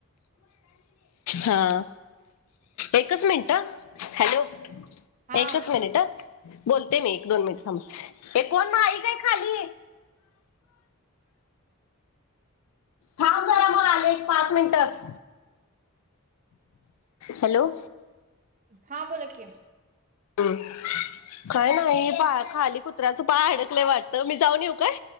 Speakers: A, on the left; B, on the right.
A: हा एकच मिनटं अ. हॅलो!
B: हा
A: एकच मिनिट अ. बोलते मी एक दोन मिनिट थांबा, हे कोण नाय काय खाली? थांब जरा मग आले एक पाच मिनिटात. हॅलो!
B: हा बोला की.
A: <unintelligible> काय नाही, पाया खाली कुत्र्याचं पाय अडकलंय वाटतं, मी जाऊन येऊ काय?